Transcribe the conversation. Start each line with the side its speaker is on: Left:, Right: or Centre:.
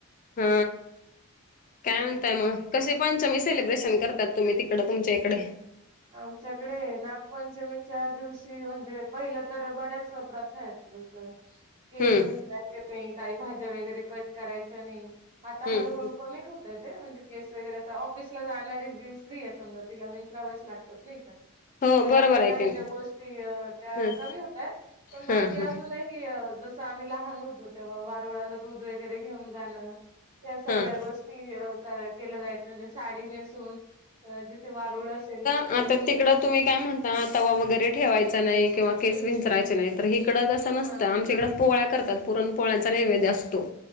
Left: हा, काय म्हणताय मग कसे? पंचमी सलिब्रेशन करतात, तुम्ही. तिकडं तुमच्या इकडे.
Right: आमच्याकडे नागपंचमीच्या दिवशी म्हणजे पहिलं तर बऱ्याच प्रथायेत. जस केस
Left: हम्म
Right: विंचरायचे नाही, काही भाज्या वगैरे कट करायच्या नाही. आता
Left: हम्म
Right: हळूहळू कमी होतय. ते म्हणजे केस वगैरे आता, ऑफिस ला जाणारी जी स्त्री आहे समजा, तिला विंचरावेच लागतात, नाही का.
Left: हो.
Right: तर
Left: बरोबर
Right: अशा
Left: ऐकेन
Right: काही ज्या गोष्टी, त्या
Left: हम्म
Right: कमी होतायत. पण बाकी
Left: हां हां
Right: अजूनही जसं आम्ही लहान होतो तेव्हा वारुळाला दूध वगैरे घेऊन जाणं. या सगळ्या
Left: हां
Right: गोष्टी केलं जायचं म्हणजे साडी नेसून, तर जिथे वारूळ असेल, तिथे
Left: आ तर तिकडं तुम्ही काय म्हणता तवा वगैरे ठेवायचा नाही किंवा केस विंचरायचे नाही तर ह इकडं त असं नसतं
Right: हां,
Left: आम इकडं पोळ्या करतात पुरण पोहळ्याचा नैवेद्य असतो.